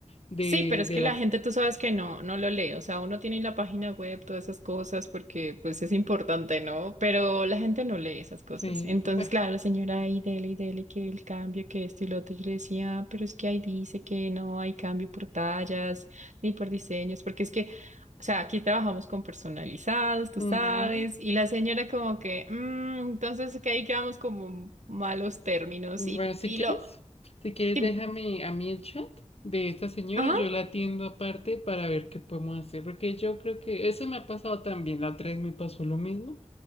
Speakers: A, on the left (about 55°); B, on the right (about 85°).
A: de,
B: Sí, pero es
A: de
B: que
A: la,
B: la gente tú sabes que no, no lo lee, o sea, uno tiene en la página web todas esas cosas porque pues es importante, ¿no? Pero la gente no lee esas cosas.
A: sí,
B: Entonces,
A: bueno,
B: claro, la señora ahí dele y dele que el cambio, que esto y lo otro, yo le decía, "Ah, pero es que ahí dice que no hay cambio por tallas ni por diseños, porque es que, o sea, aquí trabajamos con personalizados, tú
A: ujú.
B: sabes, y la señora como que, "Mm, entonces que ahí quedamos como malos términos
A: Bueno,
B: y,
A: si
B: y
A: quieres,
B: lo...
A: si quieres,
B: Dime.
A: déjame a mí el chat de esta señora,
B: Ajá,
A: yo la atiendo aparte para ver qué podemos hacer, porque yo creo que eso me ha pasado también, la otra vez me pasó lo mismo